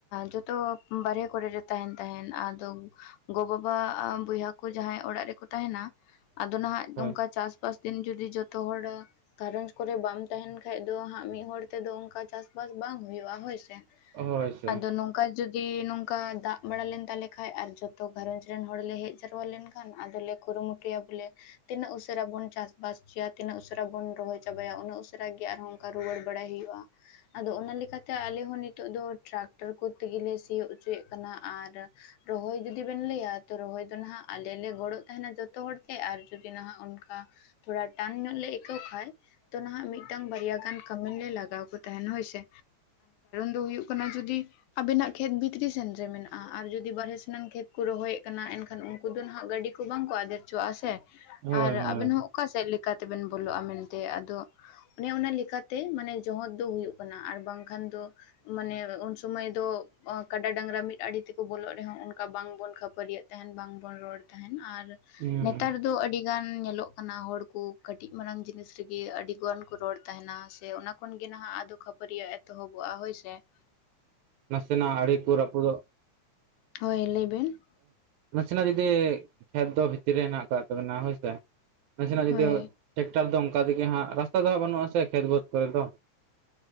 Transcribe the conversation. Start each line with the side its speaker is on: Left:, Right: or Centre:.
Left: ᱡᱚᱛᱚ ᱵᱟᱦᱨᱮ ᱠᱚᱨᱮᱨᱮ ᱛᱟᱦᱮᱱ ᱛᱟᱦᱮ ᱟᱫᱚ- ᱜᱚ ᱵᱟᱵᱟ ᱵᱚᱭᱦᱟᱠᱩ ᱡᱟᱦᱟᱸᱭ ᱚᱲᱟᱜ ᱨᱮᱠᱚ ᱛᱟᱦᱮᱱᱟ ᱟᱫᱚ ᱱᱟᱦᱟᱜ
Right: ᱦᱳᱭ
Left: ᱚᱱᱠᱟ ᱪᱟᱹᱥᱵᱟᱥ ᱫᱤᱱ ᱡᱩᱫᱤ ᱡᱚᱛᱚ ᱦᱚᱲᱟᱜ- ᱜᱷᱟᱨᱚᱸᱡᱽ ᱠᱚᱨᱮ ᱵᱟᱢ ᱛᱟᱦᱮᱱ ᱠᱷᱟᱡ ᱫᱚ ᱦᱟᱸᱜ ᱢᱤᱫ ᱦᱚᱲ ᱛᱮᱫᱚ ᱚᱱᱠᱟ ᱪᱟᱥᱵᱟᱥ ᱵᱟᱝ ᱦᱩᱭᱩᱜᱼᱟ ᱦᱳᱭᱥᱮ-
Right: ᱦᱳᱭ ᱥᱮ
Left: ᱟᱫᱚ ᱱᱚᱝᱠᱟ ᱡᱩᱫᱤ ᱡᱫᱤ ᱱᱚᱝᱠᱟ ᱫᱟᱜ ᱵᱟᱲᱟ ᱞᱮᱱ ᱛᱟᱞᱮ ᱠᱷᱟᱱ ᱟᱨ ᱡᱚᱛᱚ ᱜᱷᱟᱨᱚᱸᱧᱡᱽ ᱨᱮᱱ ᱦᱚᱲ ᱞᱮ ᱦᱮᱡ ᱡᱟᱨᱣᱟ ᱞᱮᱱᱠᱷᱟᱱ ᱟᱫᱚᱞᱮ- ᱜᱩᱨᱩ ᱢᱩᱴᱭᱟ ᱵᱚᱞᱮ- ᱛᱤᱱᱟᱹᱜ ᱩᱥᱟᱹᱨᱟ ᱵᱚᱱ ᱪᱟᱥᱵᱟᱥᱪᱚᱭᱟ ᱛᱤᱱᱟᱹᱜ ᱩᱥᱟᱹᱨᱟ ᱵᱚᱱ ᱨᱚᱦᱚᱭ ᱪᱟᱵᱟᱭᱟ ᱩᱱᱟᱹ ᱩᱥᱟᱹᱨᱟ ᱜᱮ ᱟᱨᱦᱚᱸ- ᱚᱱᱠᱟ ᱨᱩᱣᱟᱹᱲ ᱵᱟᱲᱟᱭ ᱦᱩᱭᱩᱜᱼᱟ ᱟᱫᱚ ᱚᱱᱟ ᱞᱮᱠᱟᱛᱮ ᱟᱞᱮ ᱦᱚᱸ ᱱᱤᱛᱚᱜ ᱫᱚ ᱴᱨᱟᱠᱴᱟᱨ ᱠᱚᱛᱮ ᱜᱮᱞᱮ ᱥᱤᱭᱳᱜ ᱚᱪᱚᱭᱮᱫ ᱠᱟᱱᱟ ᱟᱨ ᱨᱚᱦᱚᱭ ᱡᱩᱫᱤ ᱵᱮᱱ ᱞᱟᱹᱭᱟ ᱛᱚ ᱨᱚᱦᱚᱭ ᱫᱚ ᱱᱟᱦᱟᱜ ᱟᱞᱮ ᱞᱮ ᱜᱚᱲᱚᱜ ᱛᱟᱦᱮᱱᱟ ᱡᱚᱛᱚ ᱦᱚᱲᱛᱮ ᱟᱨ ᱡᱩᱫᱤ ᱱᱟᱦᱟᱜ ᱚᱱᱠᱟ᱾ ᱛᱷᱚᱲᱟ ᱴᱟᱱ ᱧᱚᱜ ᱞᱮ ᱮᱠᱟᱹᱣ ᱠᱷᱟᱭ- ᱛᱚ ᱱᱟᱦᱟᱜ ᱢᱤᱫᱴᱟᱝ ᱵᱟᱨᱭᱟ ᱜᱟᱱ ᱠᱟᱹᱢᱤᱱ ᱞᱮ ᱞᱟᱜᱟᱣ ᱠᱚ ᱛᱟᱦᱮᱱᱟ ᱦᱳᱭᱥᱮ ᱛᱳ ᱦᱩᱭᱩᱜ ᱠᱟᱱᱟ ᱡᱩᱫᱤ ᱟᱵᱮᱱᱟᱜ ᱠᱷᱮᱛ ᱵᱷᱤᱛᱨᱤ ᱥᱮᱱ ᱨᱮ ᱢᱮᱱᱟᱜᱼᱟ ᱟᱨ ᱡᱩᱫᱤ ᱵᱟᱨᱦᱨᱮ ᱥᱮᱱᱟᱜ ᱠᱷᱮᱛ ᱠᱚ ᱨᱚᱦᱚᱭᱮᱫ ᱠᱟᱱᱟ ᱮᱱᱠᱷᱟᱱ ᱩᱱᱠᱩ ᱫᱚ ᱱᱟᱦᱟᱜ ᱜᱟᱹᱰᱤ ᱵᱟᱝ ᱠᱚ ᱟᱫᱮᱨ ᱦᱚᱪᱚᱣᱟᱜᱼᱟ ᱥᱮ
Right: ᱦᱳᱭ
Left: ᱟᱨ
Right: ᱦᱳᱭ
Left: ᱟᱵᱮᱱ ᱦᱚᱸ ᱚᱠᱟ ᱥᱮᱫ ᱛᱮᱵᱮᱱ ᱵᱚᱞᱚᱜᱼᱟ ᱢᱮᱱᱛᱮ ᱟᱫᱚ ᱚᱱᱮ ᱚᱱᱟ ᱞᱮᱠᱟᱛᱮ ᱢᱟᱱᱮ ᱡᱚᱦᱚᱫ ᱫᱚ ᱦᱩᱭᱩᱜ ᱠᱟᱱᱟ ᱟᱨ ᱵᱟᱝᱠᱷᱟᱱ ᱫᱚ ᱢᱟᱱᱮ ᱩᱱᱥᱩᱚᱢᱟᱹᱭ ᱫᱚ ᱠᱟᱰᱟ ᱢᱤᱫ ᱟᱲᱮ ᱛᱮᱠᱚ ᱵᱚᱞᱚᱜ ᱨᱮᱦᱚᱸ ᱚᱱᱠᱟ ᱠᱷᱟᱹᱯᱟᱹᱨᱤᱭᱮᱫ- ᱛᱟᱸᱦᱮᱱ ᱵᱟᱝᱵᱚᱱ ᱨᱚᱲ ᱛᱟᱸᱦᱮᱱ ᱟᱨ
Right: ᱦᱩᱸ
Left: ᱱᱮᱛᱟᱨ ᱫᱚ ᱟᱹᱰᱤ- ᱟᱹᱰᱤ ᱜᱟᱱ ᱧᱮᱞᱚᱜ ᱠᱟᱱᱟ ᱦᱚᱲ ᱠᱚ ᱠᱟᱹᱴᱤᱡ ᱢᱟᱨᱟᱝ ᱡᱤᱱᱤᱥ ᱨᱮᱜᱮ ᱟᱹᱰᱤᱜᱟᱱ ᱠᱚ ᱨᱚᱲ <unintelligible> ᱛᱟᱸᱦᱮᱱᱟ ᱥᱮ ᱚᱱᱟ ᱠᱷᱚᱱ ᱜᱮ ᱱᱟᱦᱟᱜ ᱟᱫᱚ ᱠᱷᱟᱹᱯᱟᱹᱨᱤᱭᱟᱜ ᱮᱛᱚᱦᱚᱵᱚᱜᱼᱟ ᱦᱳᱭᱥᱮ ᱾
Right: ᱱᱟᱥᱮᱱᱟᱜ ᱟᱹᱲᱮ ᱠᱚ ᱨᱟᱹᱯᱩᱫᱚᱜ
Left: ᱦᱳᱭ ᱞᱟᱹᱭ ᱵᱮᱱ
Right: ᱱᱟᱥᱮᱱᱟᱜ ᱡᱩᱫᱤ ᱠᱷᱮᱛ ᱫᱚ ᱵᱷᱤᱛᱤᱨ ᱨᱮ ᱦᱮᱱᱟᱜ ᱠᱟᱜ ᱛᱟᱵᱤᱱᱟ ᱦᱳᱭᱥᱮ- ᱱᱟᱥᱮᱱᱟᱜ ᱡᱩᱫᱤ
Left: ᱦᱳᱭ
Right: ᱴᱮᱠᱴᱟᱨ ᱫᱚ ᱚᱱᱠᱟ ᱛᱮᱜᱮ ᱦᱟᱸᱜ ᱨᱟᱥᱛᱟ ᱫᱚ ᱦᱟᱸᱜ ᱵᱟᱹᱱᱩᱜ ᱟᱥᱮ ᱾ ᱠᱷᱮᱛ ᱵᱟᱹᱛ ᱠᱚᱨᱮ ᱫᱚ